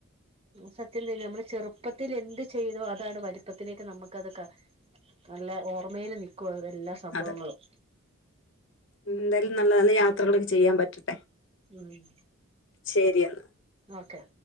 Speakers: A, on the right; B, on the left.
A: സത്യ തന്നെ നമ്മള് ചെറുപ്പത്തിൽ എന്ത് ചെയ്തോ അതാണ് വലുപ്പത്തിലേക്ക് നമുക്ക്തൊക്ക നല്ല ഓർമേയില് നക്കും എല്ലാ സംഭവങ്ങളും
B: അതെ എന്തായാലും നല്ല നല്ല യാത്രകൾ ചെയ്യാൻ പറ്റട്ടെ
A: ഉം
B: ശരിയെന്നാ
A: ഓക്കെ